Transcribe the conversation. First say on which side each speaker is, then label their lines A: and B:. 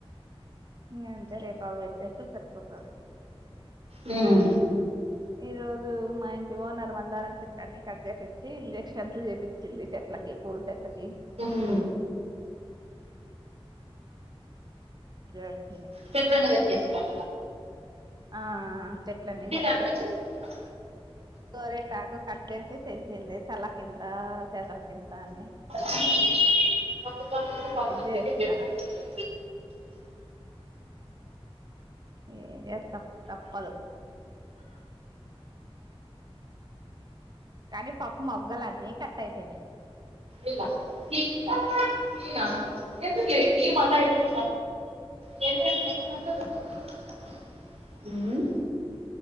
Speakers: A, on the right (about 45°); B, on the right (about 80°).
A: ఇంగ అంతే రేపు అవి పెట్టేస్తే సరిపోతది
B: నేను
A: ఈ రోజు మా ఇంటి ఓనర్ మందారం చెట్టన్ని కట్ చేయిచ్చి ఇంజక్షన్స్ చేపిచింది చె ట్లకి పూల చెట్లకి
B: ఓ
A: జార్స్సింది
B: చెట్లన్నీ కట్ చేసినంక
A: ఆ చెట్లన్నీ కట్
B: అట్లా
A: చేసి
B: పెడతా.
A: గోరిన్ టాకు కట్ చేసి తెంచింది తల కింత చేతల కింత అని
B: అ అప్పుడికప్పుడే పళ్ళు
A: ఇది
B: అందుకే
A: చేసినారు
B: గెట్టిగ ఉన్నాయి
A: ఏం జెత్తవ్ తప్పదు కానీ పప్ మొగ్గలన్నీ కట్ అయ్ పోయినాయ్
B: ఇలా కి కి లా ఈర ఎందుకులేండి మల్లా ఎందుకు ఈయన్ని ఎంతమెత్తగ ఉన్నాయ్ చూడు ఉమ్